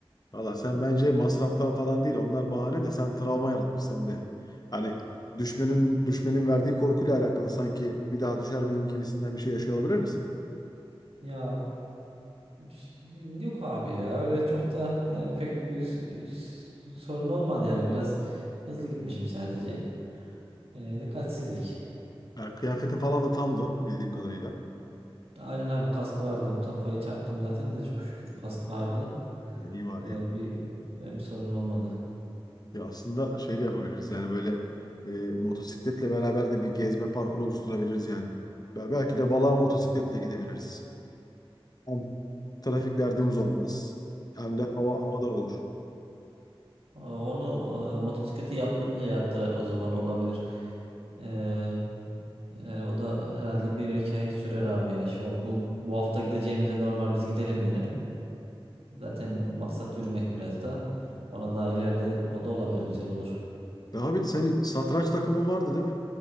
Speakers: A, on the left; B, on the right.
A: Valla sen bence masraftan falan değil. Onlar bahane de sen travma yaratmış sende. Hani düşmenin düşmenin verdiği korkuyla alakalı sanki bir daha düşer miyim gibisinden bir şey yaşıyor olabilir misin?
B: Ya şey- yok abi ya öyle çok da hani pek bir s- sorun olmadı yani biraz hızlı gitmişim sadece. Ee, dikkatsizlik.
A: Ya, kıyafetin falan da tamdı bildiğim kadarıyla.
B: Aynen abi kask vardı kafayı çarptım zaten de çok şükür kask vardı.
A: Yani iyi bari
B: Ee,
A: yani.
B: bir e, bir sorun olmadı.
A: Ya aslında şey de yapabiliriz yani böyle e, motosikletle beraber de bir gezme parkuru oluşturabiliriz yani. Be- Belki de balığa motosikletle gidebiliriz. Hem trafik derdimiz olmaz hem de hava
B: Evet.
A: havadar olur.
B: Aa, Onu e, motosikleti yaptırınca yaptı o zaman olabilir. Ee, yani o da herhalde bir iki ay sürer abi ya. Şu, bu bu hafta gideceğimize normal biz gidelim yine. Zaten maksat yürümek biraz da. Ona daha ileride o da olabilir, güzel olur.
A: Ya abi senin satranç takımın vardı değil mi?